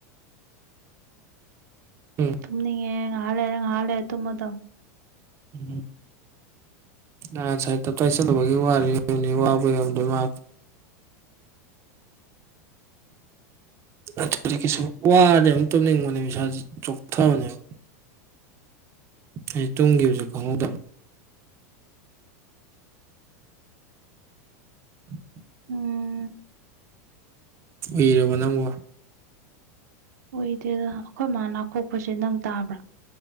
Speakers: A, on the right; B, on the right.
A: ꯎꯝ
B: ꯇꯨꯝꯉ ꯌꯦ ꯍꯥꯥꯂꯦ ꯍꯥꯂꯦ ꯇꯨꯝꯃꯗꯣ
A: ꯎꯝ ꯑ ꯉꯁꯥꯏ ꯇꯇꯣꯏ ꯆꯠꯂꯨꯕꯒꯤ ꯋꯥꯔꯤꯕꯅꯤ ꯋꯥꯕ ꯌꯔꯝꯗꯣꯏ ꯃꯥ ꯑꯗꯨꯗꯤ ꯀꯁꯨ ꯋꯥꯔꯗꯤ ꯑꯝ ꯇꯧꯅꯤꯡꯕꯅꯦ ꯏꯁꯥꯥꯁꯦ ꯆꯣꯛꯊꯕꯅꯦꯕ ꯑꯩ ꯇꯨꯡꯒꯤ ꯑꯣꯏꯁꯨ ꯈꯪꯍꯧꯗꯕꯅꯦ <inaudible>
B: ꯎꯝ
A: ꯎꯏꯔꯕ ꯅꯪꯕꯨ
B: ꯑꯣꯏꯗꯦ ꯑꯗ ꯑꯩꯈꯣꯏ ꯃꯥꯅꯅꯥ ꯈꯣꯛꯄꯁꯦ ꯅꯪ ꯇꯥꯕ꯭ꯔꯥ